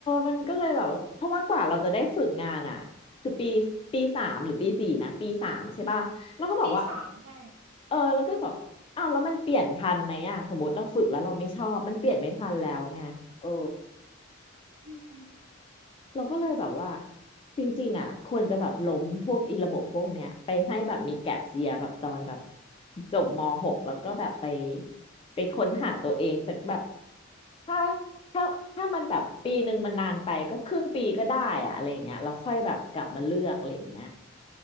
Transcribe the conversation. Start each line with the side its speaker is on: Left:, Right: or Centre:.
Left: มันก็เลยแบบเพราะว่ากว่าเราจะได้ฝึกงานอ่ะคือปีปีสามหรือปีสี่นะปีสามใช่ป่ะแล้วก็บอกว่า
Right: ปีสามใช่
Left: เออแล้วก็แบบอ้าวแล้วมันเปลี่ยนทันไหมอ่ะสมมติเราฝึกแล้วเราไม่ชอบมันเปลี่ยนไม่ทันแล้วไงเออ
Right: อืม
Left: เราก็เลยแบบว่าจริงๆอ่ะควรจะแบบล้มพวกอีระบบพวกเนี้ยไปให้แบบมีแก็ปเซียแบบตอนแบบจบม .6 แล้วก็แบบไปไปค้นหาตัวเองสักแบบถ้าถ้าถ้ามันแบบปีหนึ่งมันนานไปก็ครึ่งปีก็ได้อะอะไรอย่างเงี้ยแล้วค่อยแบบกลับมาเลือกอะไรอย่างเงี้ย